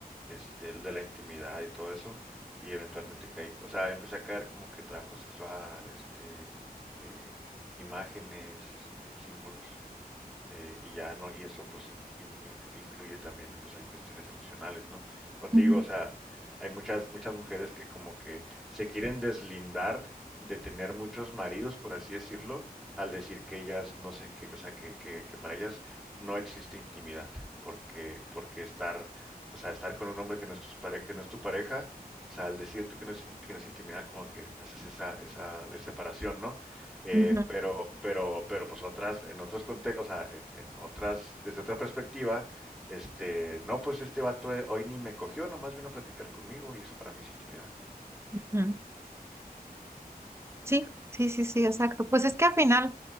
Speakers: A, in the centre; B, on the right.
A: este, el de la intimidad y todo eso. Y eventualmente caí, o sea, empecé a caer como que trabajo sexual, este, eh, imágenes, este, símbolos. Eh, y ya no, y eso pues in- in- influ- incluye también pues hay cuestiones emocionales, ¿no? Como te
B: ujú,
A: digo, o sea, hay muchas, muchas mujeres que como que se quieren deslindar de tener muchos maridos, por así decirlo, al decir que ellas no sé qué, o sea, que, que, que para ellas no existe intimidad, porque, porque estar, o sea, estar con un hombre que no es tu pare- que no es tu pareja, o sea, al decir tú que no es, in- que no es intimidad, como que haces esa, esa separación, ¿no? Eh,
B: ujú,
A: pero, pero, pero pues otras, en otros contextos, o sea, en, en otras, desde otra perspectiva, este, no, pues este vato eh, hoy ni me cogió, nomás vino a platicar conmigo y eso para mí es intimidad.
B: ujú. Sí, sí, sí, sí, exacto. Pues es que al final